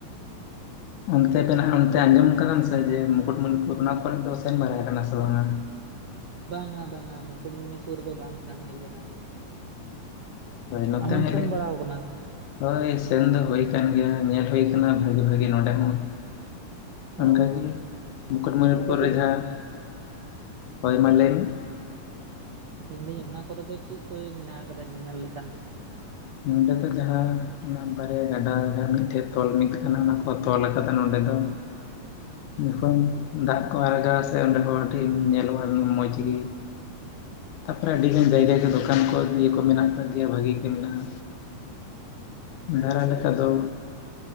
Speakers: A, on the left; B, on the right.
A: ᱚᱱᱛᱮ ᱢᱮᱱᱟᱜ-ᱟ ᱚᱱᱛᱮ ᱟᱸᱡᱚᱢ ᱟᱠᱟᱫᱟᱢ ᱥᱮ ᱡᱮ ᱢᱩᱠᱩᱴᱢᱩᱱᱤᱯᱩᱨ ᱚᱱᱟ ᱠᱚᱨᱮ ᱫᱚ ᱥᱮᱱ ᱵᱟᱲᱟ ᱟᱠᱟᱱᱟ ᱥᱮ ᱵᱟᱝᱼᱟ᱾
B: ᱵᱟᱝᱟᱼᱵᱟᱝᱟ ᱢᱩᱠᱩᱴᱢᱩᱱᱤᱯᱩᱨ ᱫᱚ ᱵᱟᱝ ᱥᱮᱱ ᱦᱩᱭ ᱟᱠᱟᱱᱟ᱾
A: ᱦᱚᱭ ᱱᱚᱛᱮ
B: ᱟᱢᱮᱢ
A: ᱦᱚᱸ ᱦᱮᱡ
B: ᱥᱮᱱ
A: ᱞᱮᱱ
B: ᱵᱟᱲᱟ ᱟᱠᱟᱱᱟ
A: ᱦᱚᱭ ᱥᱮᱱ ᱫᱚ ᱦᱩᱭ ᱟᱠᱟᱱ ᱜᱮᱭᱟ ᱧᱮᱞ ᱦᱩᱭ ᱟᱠᱟᱱᱟ ᱵᱷᱟ. ᱜᱤᱼᱵᱷᱟ. ᱜᱤ ᱱᱚᱰᱮ ᱦᱚᱸ
B: ᱚ
A: ᱚᱱᱠᱟᱜᱮ ᱢᱩᱠᱩᱴᱢᱚᱱᱤᱯᱩᱨ
B: ᱚᱸᱰᱮ ᱫᱚ
A: ᱨᱮ ᱡᱟᱦᱟᱸ ᱦᱚᱭ ᱢᱟ ᱞᱟᱹᱭ ᱢᱮ
B: ᱢᱮᱱᱫᱟᱹᱧ ᱚᱱᱟ ᱠᱚᱨᱮ ᱫᱚ ᱪᱮᱫ ᱠᱚ ᱢᱮᱱᱟᱜ ᱟᱠᱟᱫᱟ ᱧᱮᱧᱮᱞ ᱞᱮᱠᱟᱱᱟᱜ
A: ᱱᱚᱰᱮ ᱫᱚ ᱡᱟᱦᱟᱸ ᱚᱱᱟ ᱵᱟᱨᱭᱟ ᱜᱟᱰᱟ ᱡᱟᱦᱟᱸ ᱢᱤᱫᱴᱷᱮᱱ ᱛᱚᱞ ᱢᱤᱫ ᱠᱟᱱᱟ ᱚᱱᱟ ᱠᱚ ᱛᱚᱞ ᱟᱠᱟᱫᱟ ᱱᱚᱰᱮ ᱫᱚ ᱡᱚᱠᱷᱚᱱ
B: ᱚ
A: ᱫᱟᱜ ᱠᱚ ᱟᱲᱟᱜᱟ ᱥᱮ ᱮᱱᱨᱮᱦᱚᱸ ᱟᱹᱰᱤ ᱧᱮᱞᱚᱜᱼᱟ ᱢᱚᱡᱽ ᱜᱮ ᱛᱟᱯᱚᱨᱮ ᱟᱹᱰᱤᱜᱟᱱ ᱡᱟᱭᱜᱟ ᱜᱮ ᱫᱚᱠᱟᱱ ᱠᱚ ᱤᱭᱟᱹ ᱠᱚ ᱢᱮᱱᱟᱜ ᱟᱠᱟᱫ ᱜᱮᱭᱟ ᱵᱷᱟᱹᱜᱤ ᱜᱮ ᱢᱮᱱᱟᱜᱼᱟ᱾ ᱫᱟᱬᱟ
B: ᱟᱪᱪᱷᱟ
A: ᱞᱮᱠᱟ ᱫᱚ